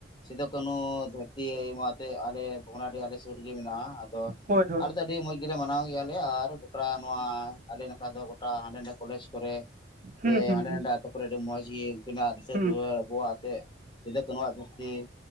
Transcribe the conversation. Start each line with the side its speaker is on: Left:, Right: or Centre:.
Left: ᱥᱤᱫᱩ ᱠᱟᱹᱱᱦᱩ ᱫᱷᱟᱹᱨᱛᱤ ᱮᱢᱟᱛᱮ ᱟᱞᱮ ᱵᱚᱜᱱᱟᱰᱤ ᱟᱞᱮ ᱥᱩᱨ ᱜᱮ ᱢᱮᱱᱟᱜᱼᱟ, ᱟᱫᱚ
Right: ᱦᱳᱭ ᱦᱳᱭ
Left: ᱟᱞᱮ ᱫᱚ ᱟᱹᱰᱤ ᱢᱚᱡᱽ ᱜᱮᱞᱮ ᱢᱟᱱᱟᱣ ᱜᱮᱭᱟᱞᱮ, ᱟᱨ ᱜᱚᱴᱟ ᱱᱚᱣᱟ ᱟᱞᱮ ᱱᱟᱠᱷᱟ ᱫᱚ ᱜᱚᱴᱟ ᱦᱟᱸᱰᱮ ᱱᱟᱰᱮ ᱠᱚᱞᱮᱡᱽ ᱠᱚᱨᱮ ᱾
Right: ᱦᱩᱸ
Left: ᱥᱮ
Right: ᱦᱩᱸ
Left: ᱦᱟᱸᱰᱮ
Right: ᱦᱩᱸ
Left: ᱱᱟᱰᱮ ᱟᱛᱳ ᱠᱚᱨᱮ ᱟᱹᱰᱤ ᱢᱚᱸᱡᱽ ᱜᱮ ᱩᱱᱠᱤᱱᱟᱜ ᱫᱤᱥ
Right: ᱦᱩᱸ
Left: ᱫᱩᱣᱟᱹᱨ ᱟᱵᱚᱣᱟᱜ ᱛᱮ, ᱥᱤᱫᱩ ᱠᱟᱹᱱᱦᱩ ᱣᱟᱜ ᱫᱷᱟᱹᱨᱛᱤ